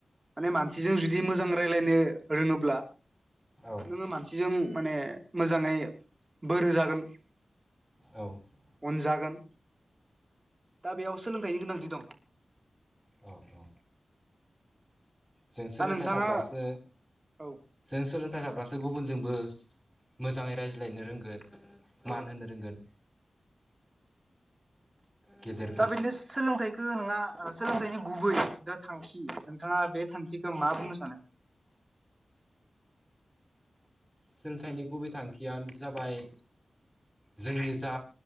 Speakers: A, on the right; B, in the centre.
A: माने मानसिजों जुदि मोजां रायजलायनो रोङोब्ला
B: औ
A: नोङो मानसिजों माने मोजाङै बोर होजागोन।
B: औ
A: अनजागोन। दा बेयाव सोलोंथाइनि गोनांथि दं।
B: औ औ जों सोलोंथाइ
A: दा नोंथाङा
B: थाब्लासो
A: औ
B: जों सोलोंथाइ गाब्लासो गुबुनजोंबो मोजाङै रायज्लायनो रोंगोन।
A: औ
B: मान होनो रोंगोन। गेदेर
A: दा बिसनेस सोलोंथाइखौ नंङा ओ सोलोंथाइनि गुबै जा थांखि नोंथांङा बे थांखिखौ मा बुंनो सानो?
B: सोलोंथाइनि गुबै थांखियानो जाबाय जोंनि जा